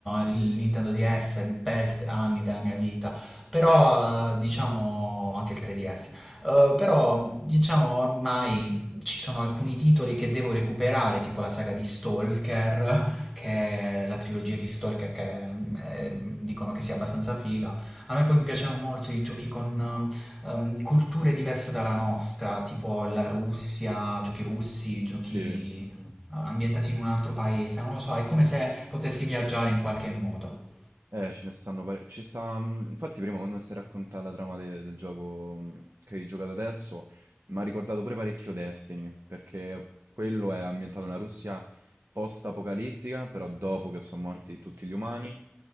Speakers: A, in the centre; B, on the right (about 80°).
A: eh, il Nintendo DS, il best anni della mia vita, però eh, diciamo anche il 3DS, Eh, però diciamo ormai ci sono alcuni titoli che devo recuperare, tipo la saga di Stalker, che è la trilogia di Stalker che eh, dicono che sia abbastanza figa. A me poi mi piacevano molto i giochi con ehm, culture diverse dalla nostra, tipo la Russia, giochi russi, giochi
B: sì.
A: eh, ambientati in un altro paese, non lo so, è come se potessi viaggiare in qualche modo.
B: Eh, ce ne stanno pare Ci sta, mhmm, infatti prima quando mi stai a raccontà la trama de del gioco, mhmm, che hai giocato adesso, m'ha ricordato pure parecchio Destiny, perché quello è ambientato nella Russia post-apocalittica, però dopo che son morti tutti gli umani,